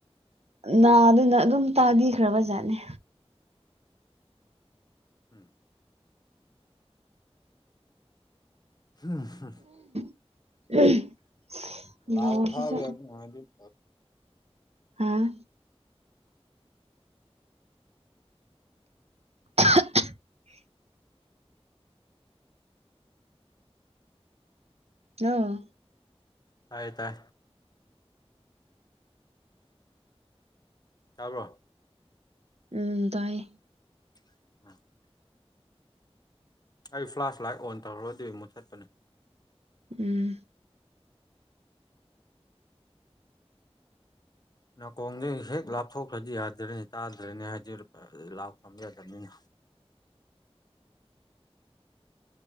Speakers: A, on the right; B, on the left.
A: ꯅꯥꯗꯨꯅ ꯑꯗꯨꯝ ꯇꯥꯕꯤꯈ꯭ꯔꯕꯖꯥꯠꯅꯦ
B: ꯎꯝ ꯍꯨꯝ ꯍꯨꯝ
A: <unintelligible>
B: ꯂꯥꯎꯠ
A: ꯅꯥꯎꯁꯤꯁꯨ
B: ꯊꯕ ꯌꯥꯔꯗꯤ ꯅꯨꯡꯉꯥꯏꯗꯨ
A: ꯍꯥꯥ <unintelligible> ꯍꯜꯂꯣ
B: ꯇꯥꯏ ꯇꯥꯏ ꯇꯥꯕ꯭ꯔꯣ
A: ꯎꯝ ꯇꯥꯏꯌꯦ
B: <unintelligible> ꯑꯩ ꯐ꯭ꯂꯥꯁ ꯂꯥꯏꯠ ꯑꯣꯟ ꯇꯧꯔꯨꯔꯗꯤ ꯃꯨꯠꯊꯠꯄꯅꯤ
A: ꯎꯝ
B: ꯅꯥꯀꯣꯡꯗꯒꯤ ꯍꯦꯛ ꯂꯥꯞꯊꯣꯛꯈ꯭ꯔꯗꯤ ꯌꯥꯗ꯭ꯔꯅꯤ ꯇꯥꯗ꯭ꯔꯅꯤ ꯍꯥꯏꯖ ꯂꯥꯛꯐ ꯊꯝꯕ ꯌꯥꯗꯕꯅꯤꯅ <inaudible>